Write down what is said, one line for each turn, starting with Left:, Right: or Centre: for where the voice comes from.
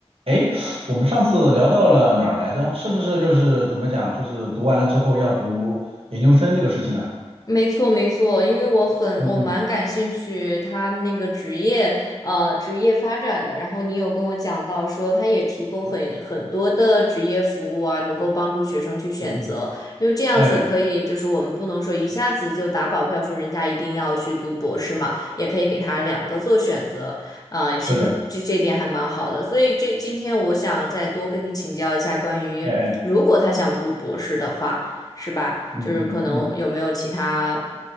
Right: 哎，我们上次聊到了哪儿来着？是不是就是怎么讲，就是读完了之后要读研究生这个事情啊？
Left: 没错，没错，因为我很我蛮感兴趣他那个职业呃职业发展的，
Right: 嗯嗯
Left: 然后你有跟我讲到说他也提供很很多的职业服务啊，能够帮助学生去选择，
Right: 嗯嗯，
Left: 因为这样子可以就是我们不能说一下子就打保票说人家一定要去读博士嘛，
Right: 哎，
Left: 也可以给他两个做选择，啊、
Right: 是的，
Left: 其实这这点还蛮好的，所以这今天我想再多跟你请教一下关于如果他想读博士的话。
Right: 哎哎，
Left: 是吧？
Right: 嗯嗯嗯
Left: 就是可能有没有其他